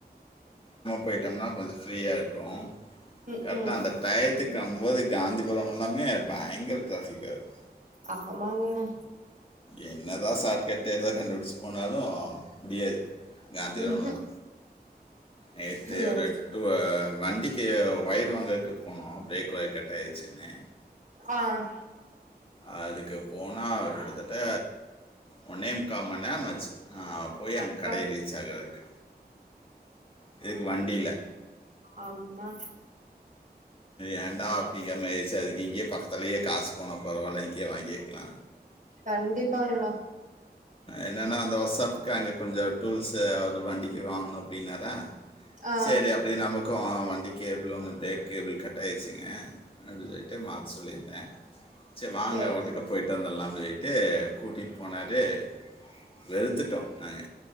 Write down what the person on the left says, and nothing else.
போயிட்ம்னா கொஞ்சோ ஃப்ரீயா இருக்கூ
கரெட்டா
அந்த டயத்துக்கு அம் இப்போதைக் காந்திபுரம் எல்லாமே பயங்கர ட்ராஃபிக்கா இருக்கு
என்னதா ஷார்ட் கட் எதா கண்டுபிடிச்சு போனாலூ முடியாது காந்திபுரந்தா
நேத்து
ஒரு டூ ஆ வண்டிக்கு ஒயர் வாங்கறக்கு போனோ பிரேக் ஒயர் கட்டாயிருச்சுன்னு
அதுக்கு போனா கிட்டத்தட்ட ஒன்னேமுக்காமண் நேரமாச்சு நா போய் அங்க
கடைய ரீச் ஆகறருக்கு இதுக்கு வண்டீல
ஏண்டா அப்படிங்கமாரி ஆயிருச்சு அதுக்கு இ இங்க பக்கத்தலியே காசு போனா பரவாயில்ல இங்கேயே வாங்கிக்கலா
என்னனா அந்த ஒர்ஸாப்புக்கு அங்கே கொஞ்சோ டூல்ஸு அவர் வண்டிக்கு வாங்கணு அப்படினாரா
சேரி அப்படி நமக்கு க்கு வண்டி கேபிள் ஒன்னு ப்ரேக் கேபிள் கட்டாயிருச்சுங்க அப்படின்னு சொல்லிட்டு மாத்த சொல்லியிருந்த சேர் வாங்க
ஒட்டுக்கா
போய்ட்டு வந்தல்லானு சொல் கூட்டிட்டு போனாரு ட்டு வெறுத்துட்டோ நாங்க